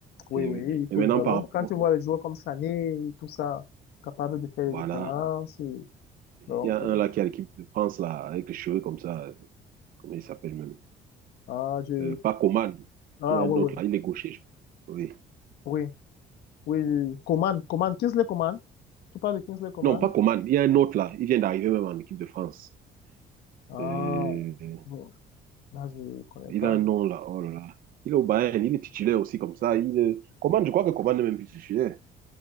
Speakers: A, on the left (about 75°); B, on the right (about 55°).
A: oui,
B: c'est-
A: oui, il pose
B: Et maintenant,
A: le ballon.
B: par rapport...
A: Quand tu vois les joueurs comme Sané et tout ça, capables de faire
B: Voilà.
A: les différences, et
B: Il
A: donc,
B: y a un
A: euh,
B: là qui a l'équipe de France, là, avec les cheveux comme ça. Comment il s'appelle même?
A: ah, je,
B: Euh, pas Coman.
A: ah,
B: Il y a
A: ouais,
B: un autre
A: ouais.
B: là, il est gaucher. je- Oui.
A: Oui, oui, oui. Coman, Coman, Kingsley Coman. Tu parles de Kingsley Coman?
B: Non, pas Coman. Il y a un autre là. Il vient d'arriver même en équipe de France.
A: Ah,
B: Euh,
A: bon, là, je ne connais
B: il
A: pas.
B: a un nom là. Oh là là. Il est au Bayern. Il est titulaire aussi comme ça. Il est- Coman, je crois que Coman n'est même plus titulaire.